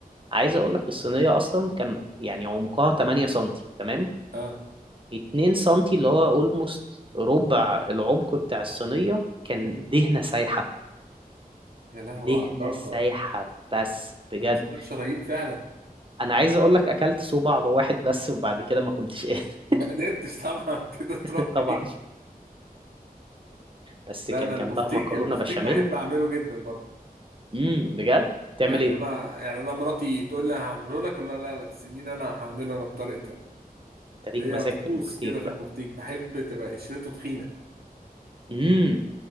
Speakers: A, on the right; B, on the right.
A: عايز أقول لك الصينية أصلا كان يعني عمقها 8 سنتي تمام
B: اه
A: 2 سنتي اللي هو أولموست ربع العمق بتاع الصينية كان
B: مم.
A: دهنة سايحة
B: يا لهوي
A: دهنة
B: على الجلطة
A: سايحة بس بجد
B: ده انت ست شرايين فعلا
A: انا عايز اقول لك اكلت صوبع واحد بس وبعد كده ما كنتش قادر
B: ما قدرتش طبعا <laughs> تقدر تروح
A: <laughs> طبعا
B: بعيد
A: بس
B: لا
A: كان
B: انا
A: جنبها
B: البفتيك
A: مكرونه
B: البفتيك
A: بشاميل
B: بحب اعمله جدا برضه
A: امم بجد تعمل
B: يعني
A: ايه
B: انا يعني انا مراتي تقول لي هعمله لك ولا لا لا لا، سيبيني انا هعمله انا بطريقتي انا
A: تريك
B: ليا
A: مزاج
B: طقوس
A: في البفتيك
B: كده في
A: بقى
B: البفتيك بحب تبقى قشرته تخينه
A: امم